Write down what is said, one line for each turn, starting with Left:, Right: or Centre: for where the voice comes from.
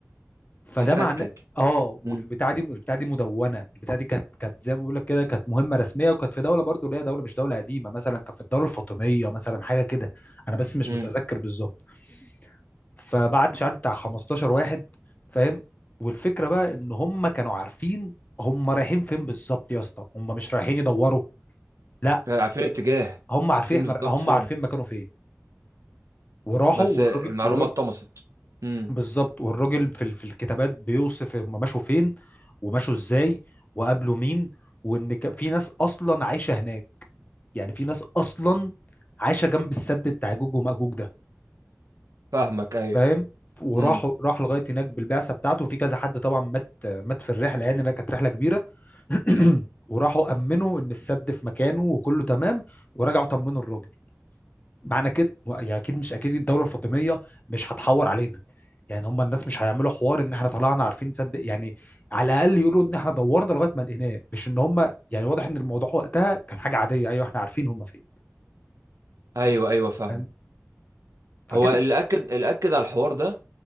Left: فده
Right: يتأكد
Left: معناه اه والبتاعه
Right: امم
Left: دي البتاعه دي مدونه البتاعه دي كانت كانت زي ما بيقول لك كده كانت مهمه رسميه وكانت في دوله برضو اللي هي دوله مش دوله قديمه مثلا كانت في الدوله الفاطميه مثلا حاجه كده انا بس مش
Right: امم
Left: متذكر بالظبط فبعت مش عارف بتاع 15 واحد فاهم والفكره بقى ان هم كانوا عارفين هم رايحين فين بالظبط يا اسطى هم مش رايحين يدوروا لا
Right: عارفين الاتجاه
Left: هم عارفين
Right: عارفين
Left: احنا
Right: بالظبط
Left: هم
Right: فين
Left: عارفين مكانه فين وراحوا
Right: بس
Left: والراجل
Right: المعلومة
Left: والراجل
Right: اتطمست امم
Left: بالظبط والراجل في ال- في الكتابات بيوصف هم مشوا فين ومشوا ازاي وقابلوا مين وان كان في ناس اصلا عايشه هناك يعني في ناس اصلا عايشه جنب السد بتاع جوج وماجوج ده
Right: فاهمك أيوه
Left: فاهم وراح
Right: امم
Left: راح لغايه هناك بالبعثه بتاعته وفي كذا حد طبعا مات مات في الرحله يعني لأنها كانت رحله كبيره <clears throat>
Right: أكيد
Left: وراحوا امنوا ان السد في مكانه وكله تمام ورجعوا طمنوا الراجل معنى كده يعني اكيد مش اكيد الدوله الفاطميه مش هتحور علينا يعني هم الناس مش هيعملوا حوار ان احنا طلعنا عارفين تصدق يعني على الاقل يقولوا ان احنا دورنا لغايه ما لقيناه مش ان هم يعني واضح ان الموضوع وقتها كان حاجه عاديه ايوه احنا عارفين هم فين
Right: ايوه ايوه فاهمك
Left: فاهم فكده
Right: هو اللي اكد اللي اكد على الحوار ده